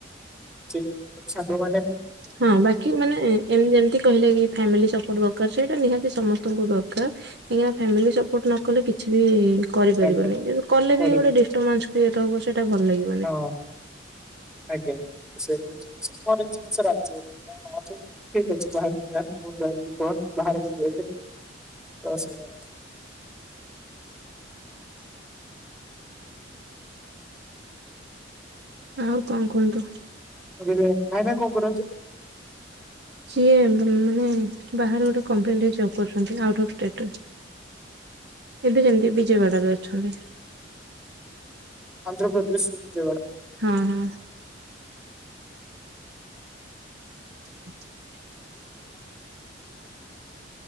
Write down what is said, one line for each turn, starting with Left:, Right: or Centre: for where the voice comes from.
Centre: ମୁ ସାଙ୍ଗ ମାନେ
Right: ହଁ ବାକି ମାନେ ଏମତି ଜେମ କହିଲେ କି ଫ୍ୟାମିଲି ସପୋର୍ଟ ଦରକାର ସେଇଟା ନିହାତି ସମସ୍ତଙ୍କୁ ଦରକାର କାହିଁକିନା ଫ୍ୟାମିଲି ସପୋର୍ଟ ନ କଲେ କିଛି ବି କରିପାରିବନି
Centre: ଆଜ୍ଞା
Right: କଲେ
Centre: କରିହବ
Right: ବି ଗୋଟେ ଡି ଷ୍ଟୋମାସ କ୍ରିଏଟ ହବ ସେଟା ଭଲ ଲାଗିବ
Centre: ହଁ ଆଜ୍ଞା ସେ ଜିନିଷ ଘର ବି ସମସ୍ତେ ରାଜି ଅଛନ୍ତି। ହଁ ତ ଠିକ୍ ଅଛି ବାହାରକୁ ଯା ବୁଲାବୁଲି କର ବାହାରକୁ ଦେଖେ ତ ସେଆ।
Right: ଆଉ କଁ କୁହନ୍ତୁ?
Centre: <unintelligible> ଭାଇନା କଁ କରନ୍ତି?
Right: ସିଏ ମାନେ ବାହାରେ ଗୋଟେ କମ୍ପାନୀ ରେ ଜବ କରୁଚନ୍ତି ଆଉଟ୍ ଅଫ୍ ଷ୍ଟେଟ ରେ ଏବେ ଯେମିତି ବିଜୟବାଡାରେ ଅଛନ୍ତି।
Centre: ଆନ୍ଧ୍ରପ୍ରଦେଶରେ ବିଜୟବାଡ଼ା?
Right: ହଁ ହଁ। <inaudible>